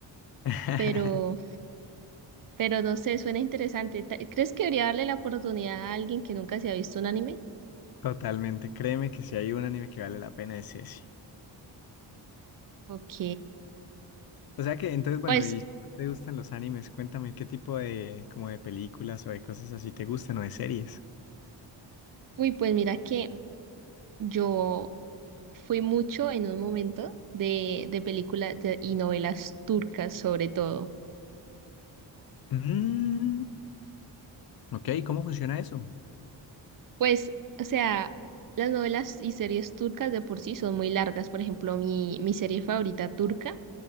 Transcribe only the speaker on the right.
pero, pero no sé, suena interesante. Ta- ¿Crees que debería darle la oportunidad a alguien que nunca se ha visto un anime?
Ok,
pues,
uy, pues mira que... Yo fui mucho en un momento de, de películas de- y novelas turcas sobre todo.
Pues, o sea, las novelas y series turcas de por sí son muy largas. Por ejemplo, mi, mi serie favorita turca